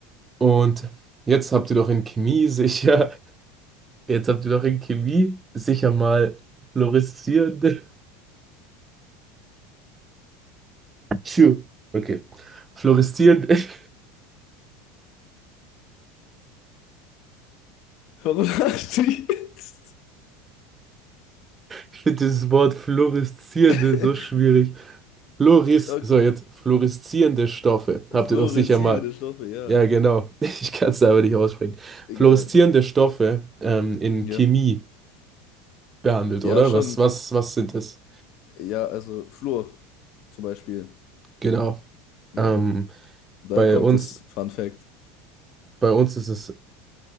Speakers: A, on the right (about 20°); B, on the left (about 60°).
A: Und jetzt habt ihr doch in Chemie sicher, <laughs> jetzt habt ihr doch in Chemie sicher mal fluoreszierende. Tschu. Okay. Fluoreszierende, <laughs> ich
B: <laughs> Warum lachst du jetzt?
A: finde dieses Wort fluoreszierende
B: <laughs>
A: so schwierig. Fluoris,
B: Okay,
A: so jetzt fluoreszierende Stoffe. Habt
B: Fluoreszierende
A: ihr doch sicher mal
B: Stoffe, ja.
A: Ja, genau. <laughs> Ich kann es aber nicht aussprechen.
B: Egal.
A: Fluoreszierende Stoffe ähm, in
B: Ja.
A: Chemie behandelt,
B: Ja,
A: oder?
B: schon.
A: Was, was, was sind das?
B: Ja, also Fluor zum Beispiel.
A: Genau.
B: Ja.
A: Ähm,
B: Daher
A: bei
B: kommt
A: uns,
B: das Fun Fact.
A: bei uns ist es